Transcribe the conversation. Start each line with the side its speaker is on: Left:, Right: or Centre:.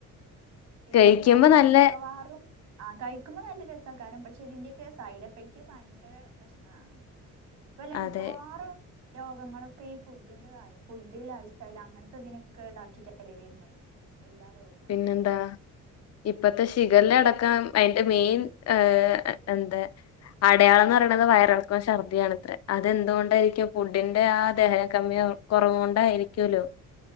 Right: ഇപ്പല്ലേ
Left: കഴിക്കുമ്പോ നല്ല
Right: മിക്കവാറും ആ കയിക്കുമ്പോ നല്ല രസാക്കാരം. പക്ഷേ ഇതിന്റെയൊക്കെ സൈഡ് എഫക്ട് ഭയങ്കര പ്രശ്നാണ്. വല്ല മിക്കവാറും
Left: അതെ
Right: രോഗങ്ങളൊക്കെ ഈ ഫുഡിന്റെ കാര്യം. ഫുഡ്, ലൈഫ് സ്റ്റൈൽ അങ്ങനത്തെ ഇതിനെയൊക്കെ ഇതാക്കിട്ടല്ലേ വര്ന്നത്. എല്ലാ രോഗങ്ങളും
Left: പിന്നെന്താ ഇപ്പത്തെ ഷിഗെല്ല അടക്കം അയിന്റെ മെയിൻ ഏ എന്ത് അടയാളംന്ന് പറയണത് വയറിളക്കോം ശർദിയും ആണത്രേ. അതെന്ത്കൊണ്ടായിക്കും? ഫുഡിന്റെ ആ ദഹന കമ്മ്യോ കൊറവ് കൊണ്ടായിരിക്കുലോ